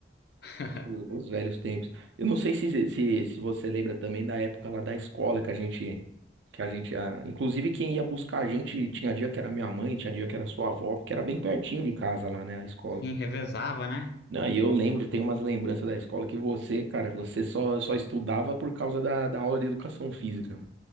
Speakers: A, on the left; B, on the right.
A: <laughs>
B: o- os velhos tempos. Eu não sei se, se, se você lembra também da época lá da escola que a gente, que a gente, ah, inclusive quem ia buscar a gente, tinha dia que era minha mãe, tinha dia que era sua avó, porque era bem pertinho de casa lá, né, a escola.
A: sim, revezava, né?
B: Não, e eu lembro, tem umas lembranças da escola que você, cara, você só, só estudava por causa da, da aula de educação física.